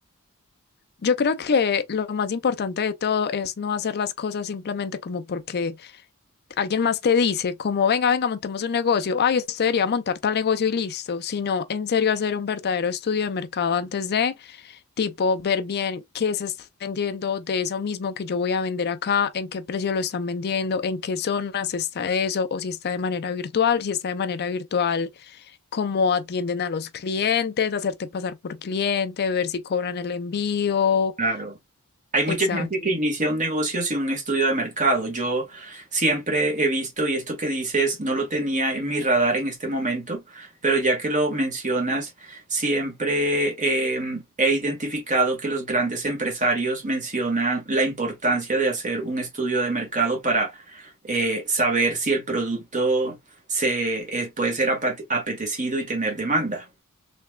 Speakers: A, on the left; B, on the right.
A: Yo creo que lo más importante de todo es no hacer las cosas simplemente como porque alguien más te dice, como venga, venga, montemos un negocio, ay, usted debería montar tal negocio y listo, sino en serio hacer un verdadero estudio de mercado antes de, tipo, ver bien qué se está vendiendo de eso mismo que yo voy a vender acá, en qué precio lo están vendiendo, en qué zonas está eso, o si está de manera virtual, si está de manera virtual cómo atienden a los clientes, hacerte pasar por cliente, ver si cobran el envío.
B: Claro. Hay mucha
A: Exacto.
B: gente que inicia un negocio sin un estudio de mercado. Yo siempre he visto, y esto que dices no lo tenía en mi radar en este momento, pero ya que lo mencionas, siempre eh, he identificado que los grandes empresarios mencionan la importancia de hacer un estudio de mercado para eh, saber si el producto se, eh, puede ser apate- apetecido y tener demanda.